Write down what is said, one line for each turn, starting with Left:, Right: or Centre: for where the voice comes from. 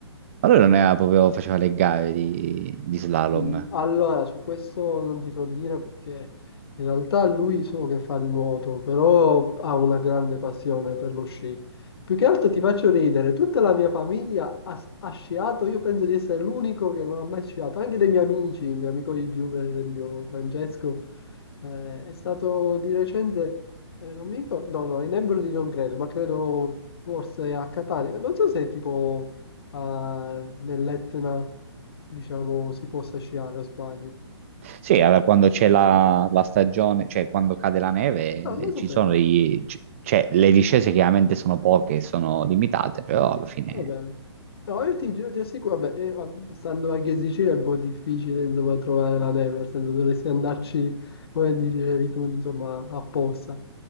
Right: allora non era proprio, faceva le gare di, di slalom.
Left: Mm, Allora, su questo non ti so dire perché in realtà lui so che fa il nuoto, però ha una grande passione per lo sci. Più che altro ti faccio ridere, tutta la mia famiglia ha, ha sciato, io penso di essere l'unico che non ha mai sciato, anche dei miei amici, il mio amico di giù, per esempio Francesco, eh, è stato di recente, eh, non mi ricordo, no, no, in Embro non credo, ma credo forse a Catania, non so se tipo eh, nell'Etna diciamo, si possa sciare, o sbaglio.
Right: Sì, allora quando c'è la, la stagione, cioè quando cade la neve,
Left: No, non
Right: eh,
Left: lo sapevo.
Right: ci sono degli, c- cioè, le discese chiaramente sono poche, sono limitate, però alla fine
Left: Vabbè. No, io ti giuro, ti assicuro, vabbè, eh, vabb- stando anche in Sicilia è un po' difficile, insomma, trovare la neve, nel senso dovresti andarci, come dicevi tu, insomma, apposta.